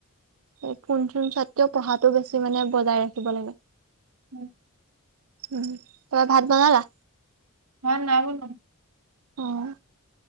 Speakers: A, on the right (about 65°); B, on the right (about 80°).
A: এই কোন চোন <unintelligible> পঢ়াটো বেছি মানে বজাই ৰাখিব লাগে।
B: উম।
A: উম তোমাৰ ভাত বনালা?
B: মই নাই বনোৱা
A: অ